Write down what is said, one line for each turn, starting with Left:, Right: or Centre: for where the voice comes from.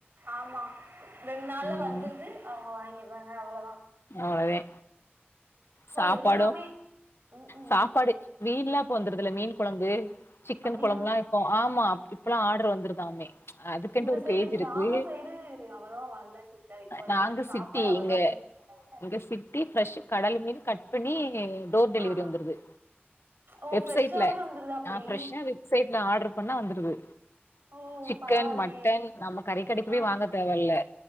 Right: ஆமா ரெண்ட் நாளுல
Left: ம்
Right: வந்துருது அவ்ங்க வாங்கிறாங்க அவ்ளோதா
Left: அவ்ளோதெ சாப்பாடும்
Right: எல்லாமே ம் ம்
Left: சாப்பாடு மீன்லா போ வந்துருதுல மீன் கொழம்பு சிக்கன்
Right: அப்டியா
Left: கொழம்புல்லா இப்போ ஆமா அப்டி இ ப்பல்லா ஆடர் வந்திருதாமே அதுக்கின்டு
Right: இந்த
Left: ஒரு
Right: சைடு
Left: பேஜ்
Right: கிராம
Left: இருக்கு
Right: சைடு அவ்வளவா வரல சிஸ்டர் இப்போ வரைக்கி
Left: நாங்க
Right: சாப்பாடு
Left: சிட்டி
Right: அவ்வளவா
Left: இங்க
Right: ரீச் ஆகல
Left: இங்க சிட்டி ஃப்ரெஷ் கடல் மீன் கட் பண்ணி டோர் டெலிவரி
Right: ஆ ஆ
Left: வந்துருது
Right: ஓ
Left: வெப்சைட்ல
Right: ஃப்ரெஷ்ஷாவே வந்துருதா அப்டி
Left: நா ஃப்ரெஷ்ஷா வெப் சைட்ல ஆடர் பண்ணா வந்துருது
Right: ஓ
Left: சிக்கன்
Right: பரவால்லயே
Left: மட்டன் நம்ம கறி கடக்கி
Right: ஆ
Left: போய் வாங்க தேவ இல்ல